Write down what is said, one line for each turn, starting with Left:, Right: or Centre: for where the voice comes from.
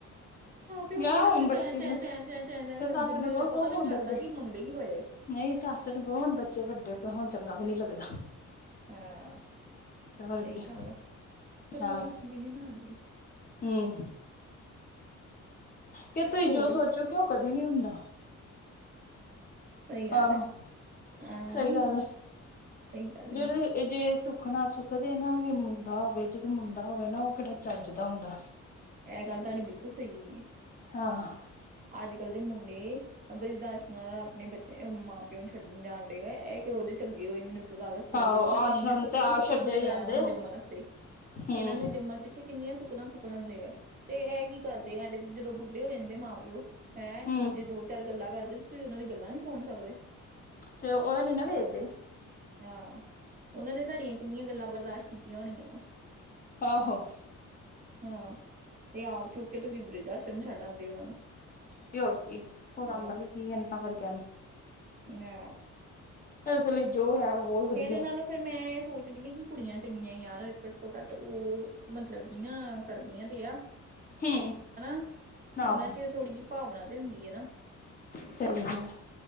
Right: ਤੇ ਹੋਰ
Left: ਗਿਆ
Right: ਕੀ ਲਾਗੇ
Left: ਹੁਣ ਬੱਚੇ
Right: ਚੈਂਚੈਂ, ਚੈਂ, ਚੈਂ, ਚੈਂ, ਚੈਂ
Left: ਤੇ
Right: ਕਰੀ
Left: ਸੱਸ
Right: ਜਾਂਦੇ
Left: ਨੂੰ ਕਹੋ
Right: ਆ।
Left: ਕਹੋ
Right: ਪਤਾ ਵੀ
Left: ਹੁਣ
Right: ਨਹੀਂ
Left: ਬੱਚੇ
Right: ਲੱਗਦਾ, ਕਿ ਮੰਗਦੇ, ਕੀ ਪਏ ਆ।
Left: ਨਹੀਂ ਸੱਸ ਨੂੰ ਕਹੋ ਹੁਣ ਬੱਚੇ ਵੱਡੇ ਹੋ ਗਏ, ਹੁਣ ਚੰਗਾ ਵੀ ਨੀ ਲੱਗਦਾ।
Right: ਹਾਂ, ਸਹੀ
Left: ਹੋਰ ਕੀ
Right: ਗੱਲ ਆ, ਪਰ
Left: ਹਾਂ
Right: ਉਹਨਾਂ ਨੂੰ ਸਮਝ ਨਹੀਂ ਨਾ ਆਂਦੀ।
Left: ਹੂੰ। ਕਹਿ, ਤੁਹੀ
Right: ਹੋਰ
Left: ਜੋ ਸੋਚੋਗੇ ਉਹ ਕਦੀ ਨਹੀਂ ਹੁੰਦਾ।
Right: ਸਹੀ ਗੱਲ
Left: ਆਹੋ।
Right: ਆ ਹਾਂ
Left: ਸਹੀ ਗੱਲ ਐ।
Right: ਸਹੀ ਗੱਲ
Left: ਜਿਹੜੇ
Right: ਹੈਗੀ ਏ,
Left: ਇਹ ਜਿਹੜੇ ਸੁੱਖਨਾ ਸੁਖਦੇ ਨਾ ਕਿ ਮੁੰਡਾ ਹੋਵੇ, ਜਦੋਂ ਮੁੰਡਾ ਹੋਵੇ ਨਾ, ਉਹ ਕਿਹੜਾ ਚੱਜ ਦਾ ਹੁੰਦਾ।
Right: ਐਹ ਗੱਲ ਤੁਹਾਡੀ ਬਿਲਕੁਲ ਸਹੀ ਈ,
Left: ਹਾਂ
Right: ਅੱਜ-ਕੱਲ ਦੇ ਮੁੰਡੇ ਅ ਬ੍ਰਿੱਧ ਆਸ਼੍ਰਮ ਆਪਣੇ ਬੱਚੇ, ਮਾਂ-ਪਿਓ ਨੂੰ ਛੱਡਣ ਜਾਣ ਡਿਆ ਇਹ ਕੀ ਓਹਡੀ ਚੰਗੇ ਹੋਏ, ਮੈਨੂੰ ਇੱਕ ਗੱਲ ਸੁਣਲੋ,
Left: ਆਹੋ
Right: ਕਿ
Left: ਆਸ਼ਰਮ
Right: ਇੰਨੀਆਂ ਸੁੱਖਣਾ-ਸੁੱਖ
Left: ਤੇ ਆਪ ਛੱਡੇ
Right: ਲੈਂਦੇ
Left: ਜਾਂਦੇ
Right: ਆ, ਇਹਨਾਂ ਨੂੰ ਜੰਮਨ ਵਾਸਤੇ।
Left: ਹਮ
Right: ਇਹਨਾਂ ਨੂੰ ਜੰਮਣ ਪਿੱਛੇ ਕਿੰਨੀਆਂ ਸੁੱਕਣਾ ਸੁੱਖ ਲੈਂਦੇ ਆ, ਤੇ ਐ ਕੀ ਕਰਦੇ ਆ, ਐਂਡ'ਚ ਜਦੋਂ ਬੁੱਢੇ ਹੋ ਜਾਂਦੇ ਮਾਂ-ਪਿਓ ਹੈਂ!
Left: ਹਮ
Right: ਜੇ ਦੋ-ਚਾਰ ਗੱਲਾਂ ਕਰਦੇ, ਤੁਸੀਂ ਉਹਨਾਂ ਦੀ ਗੱਲਾਂ ਨਹੀਂ ਸੁਣ ਸਕਦੇ।
Left: ਤੇ, ਉਹ ਨਹੀਂ ਨਾ ਵੇਖਦੇ।
Right: ਆ! ਉਹਨਾਂ ਨੇ ਤੁਹਾਡੀਆਂ ਕਿੰਨੀਆਂ ਗੱਲਾਂ ਬਰਦਾਸ਼ਤ ਕੀਤੀਆਂ ਹੋਣੀਆਂ ਵਾ।
Left: ਆਹੋ।
Right: ਹਾਂ, ਤੇ ਆਪ ਚੁੱਕਕੇ ਤੁਸੀਂ ਬ੍ਰਿੱਧ-ਆਸ਼ਰਮ ਛੱਡ ਆਂਦੇ, ਓਹਨਾਂ ਨੂੰ।
Left: ਤੇ ਹੋਰ ਕੀ, ਹੋਰ ਆਂਦਾ
Right: ਹਾਂ
Left: ਵੀ ਕੀ ਇਹਨਾਂ ਵਰਗਿਆਂ ਨੂੰ।
Right: ਨਾ।
Left: ਇਸ ਲਈ ਜੋ ਹੈ, ਬਹੁਤ ਵਧੀਆ।
Right: ਇਹਦੇ ਨਾਲੋਂ ਫਿਰ ਮੈਂ ਇਹ ਸੋਚਦੀ ਆਂ, ਕਿ ਕੁੜੀਆਂ ਚੰਗੀਆਂ ਯਾਰ, ਘੱਟੋ-ਘੱਟ ਉਹ ਮਤਲਬ ਕਿ ਨਾ, ਕਰਦੀਆਂ ਤੇ ਆ।
Left: ਹਮ
Right: ਹਣਾ। ਉਹਨਾਂ
Left: ਆਹੋ
Right: 'ਚ ਇਹ ਥੋੜ੍ਹੀ ਜਿਹੀ ਭਾਵਨਾ ਤੇ ਹੁੰਦੀ ਹੈ ਨਾ।
Left: ਸਹੀ ਗੱਲ ਹੈ